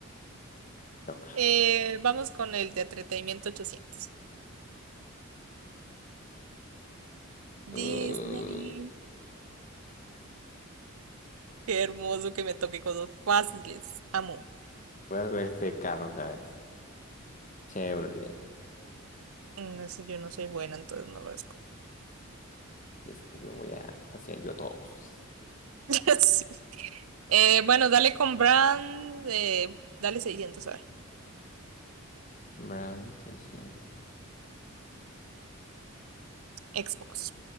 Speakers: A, on the left; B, on the right.
A: toca.
B: Eh, vamos con el de entretenimiento 800
A: Uh,
B: Disney. Qué hermoso que me toque cosas fáciles. Amo.
A: voy a ver este carro, a ver. Chevrolet.
B: Mm, eso yo no soy buena, entonces no lo escucho.
A: Este lo voy a hacer yo todos.
B: <laughs> Sí. Eh, bueno, dale con Brand. eh, dale 600, a ver.
A: Brown 600.
B: Xbox.